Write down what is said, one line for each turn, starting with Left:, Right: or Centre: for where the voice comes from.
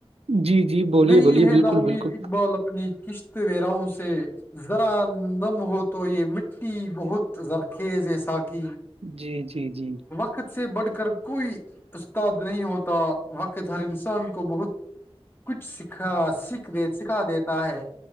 Right: جی جی بولیے
Left: نہیں
Right: بولیے
Left: ہے
Right: بالکل
Left: نا امید
Right: بالکل
Left: اقبال ا اپنی قشت ویراؤں سے ذرا دم ہو تو یہ مٹی بہت زرخیز جیسااک <unintelligible>
Right: جی جی جی
Left: ت سے بڑھ کر کوئی استاد نہیں ہوتا <unintelligible> وقت ہر انسان کو بہت کچھ سکھا سھ سکھا دیتا ہے